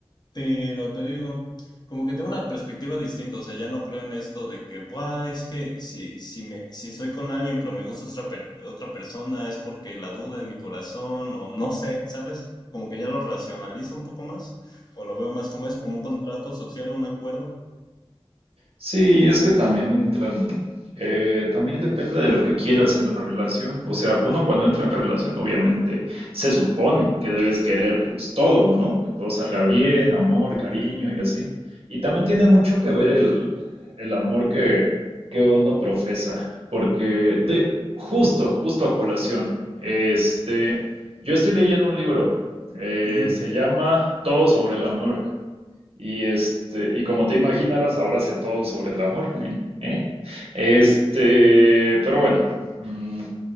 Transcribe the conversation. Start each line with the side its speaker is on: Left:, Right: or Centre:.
Left: pero te digo, como que tengo una perspectiva distinta, o sea, ya no creo en esto de que, buah, es que si, si me, si estoy con alguien pero me gusta otra, per- otra persona es porque la duda en mi corazón o no sé, ¿sabes? Como que ya lo racionalizo un poco más, o lo veo más como eso, como un contrato social, un acuerdo.
Right: Sí, es que también entran, eh, también depende de lo que quieras en la relación. O sea, uno cuando entra en relación, obviamente se supone que debes querer pues todo, ¿no? Que todo salga bien, amor, cariño y así. Y también tiene mucho que ver el, el amor que, que uno profesa, porque de justo, justo a colación, este, yo estoy leyendo un libro, eh,
Left: Ujú.
Right: se llama Todo sobre el amor. Y este, y como te imaginarás, ahora sé todo sobre el amor, ¿eh? ¿Eh? Este, pero bueno, mm,